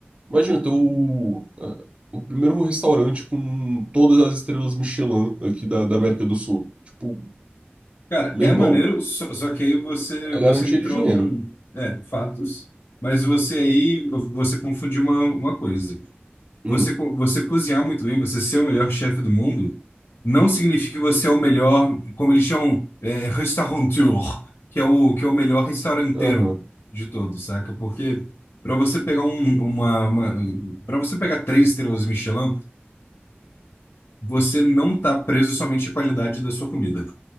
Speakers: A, on the right (about 25°); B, on the left (about 80°).
A: Imagina ter o. é, O primeiro restaurante com todas as estrelas Michelin aqui da, da América do Sul. Tipo,
B: Cara,
A: Meu
B: é
A: irmão,
B: maneiro, só, só que aí você,
A: é
B: você
A: garantia
B: entrou
A: de dinheiro.
B: num... É, fatos. Mas você aí, você confundiu uma, uma coisa.
A: Hum,
B: Você, co- você cozinhar muito bem, você ser o melhor chefe do mundo, não significa que você é o melhor, como eles chamam, é, restaurateur, que é o, que é o melhor restauranteiro
A: aham.
B: de todos, saca? Porque para você pegar um, uma, uma para você pegar três estrelas Michelin, você não está preso somente à qualidade da sua comida.